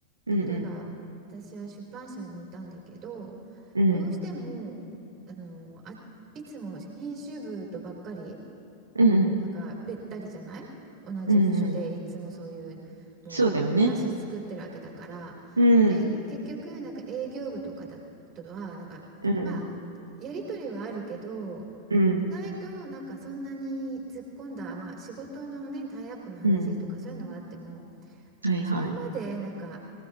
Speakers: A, on the right (about 80°); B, on the right (about 30°).
A: うんうん。
B: 例えば私は出版社にいたんだけど
A: うん。
B: どうしてもあのあいつも編集部とばっかり
A: うんうん。
B: なんかべったりじゃない同じ部署でいつもそういうもう雑誌作ってるわけだからで結局なんか営業部とかだとはなんかまあ
A: うんうん。そうだよね。うん。うんうん。
B: やり取りはあるけど意外となんかそんなに突っ込んだ、
A: うん。
B: まあ、仕事のねタイアップの話とかそういうのはあっても
A: うんうん。
B: なんかそこまでなんか
A: はいはい。